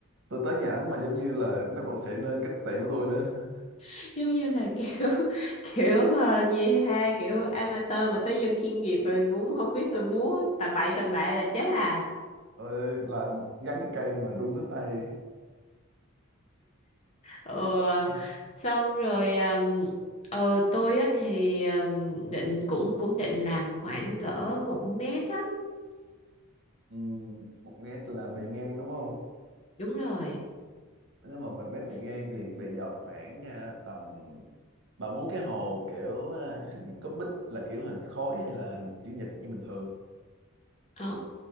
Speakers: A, on the right; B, on the left.
A: tôi tới nhà ảnh mà giống như là nó còn xịn hơn cái tiệm của tôi nữa <laughs>
B: <laughs> Giống như là kiểu <laughs> kiểu ờ, gì ha kiểu amateur mà tới dân chuyên nghiệp rồi cũng không biết là múa tầm bậy tầm bạ là chết à.
A: tôi làm gắn cái cây mà rung hết tay
B: ừ,
A: <laughs>
B: xong rồi um, ờ, tôi á thì um, định cũng cũng định làm khoảng cỡ một mét á
A: Ừm, một mét là bề ngang đúng không
B: đúng rồi
A: nhưng mà một mét bề
B: S-
A: ngang thì bề dọc khoảng à, tầm bà muốn cái hồ kiểu à, hình cúp bích là kiểu hình khối hay là hình chữ nhật như bình thường
B: ờ,